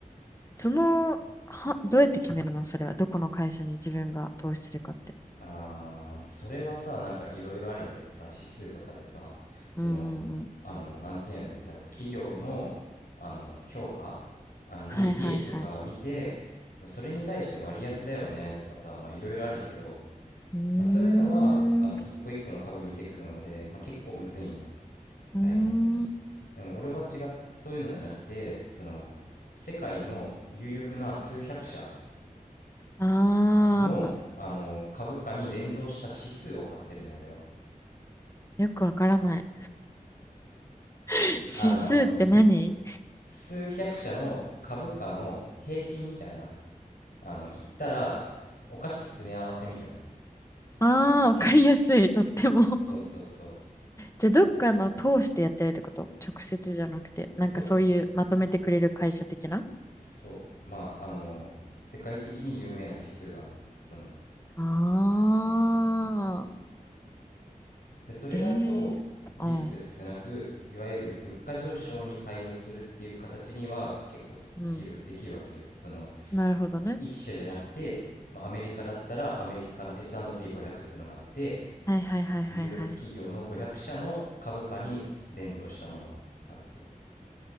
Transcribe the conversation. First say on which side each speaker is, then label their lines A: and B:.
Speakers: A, on the left; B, on the left.
A: その、は、どうやって決めるのそれは。どこの会社に自分が投資するかって。
B: あー、それはさ、なんかいろいろあるんやけどさ、指数とかでさ、その、
A: うんうんうん。
B: あの、なんていうんやろだろう、企業の、あの、評価、あの、利、
A: はいはいはい。
B: 利益とか見て、それに対して割安だよねとかさ、まあいろいろあるんやけど、
A: うーん。
B: まあそういうのは、あの、一個一個の株見てくるので、まあ結構むずいんよ。
A: うーん。
B: 大変やし。でも俺は違って、そういうのじゃなくて、その、世界の有力な数百社
A: ああ
B: の、あの、株価に連動した指数を買ってるの、俺は。
A: よくわからない。<laughs> 指数って何
B: あの数百社の株価の平均みたいなあの言ったらつお菓子詰め合わせみたいな
A: ああー、わかりやすい。とっても。<laughs>
B: そうそうそう
A: じゃあ、どっかの通してやってるってこと直接じゃなくて、
B: そ
A: なんかそういうまとめてくれる会社的な
B: うそうまああの世界的に有名な指数があるのその
A: あ。ああ。
B: でそれだとリスク少なくいわゆる物価上昇に対応するっていう形には結構できるできるわけよその
A: ええー、ああ。うん。なるほどね。
B: い一社じゃなくて、まあ、アメリカだったらアメリカの S&P500 ってのがあって
A: はいはいはいはいはい。
B: 有力企業の500社の株価に連動したものがあって